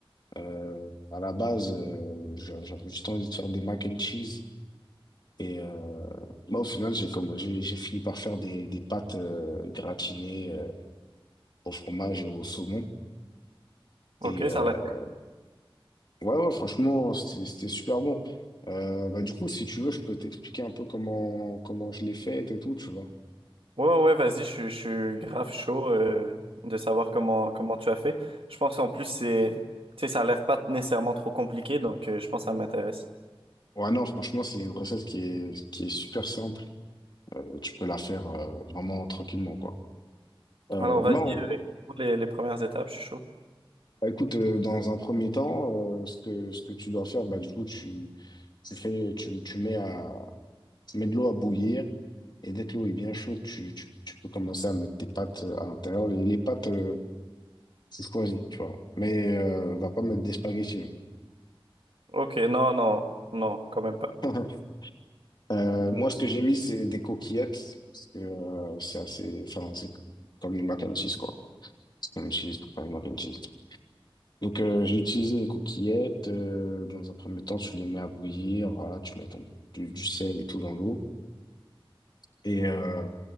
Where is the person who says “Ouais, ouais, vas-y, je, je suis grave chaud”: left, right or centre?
Right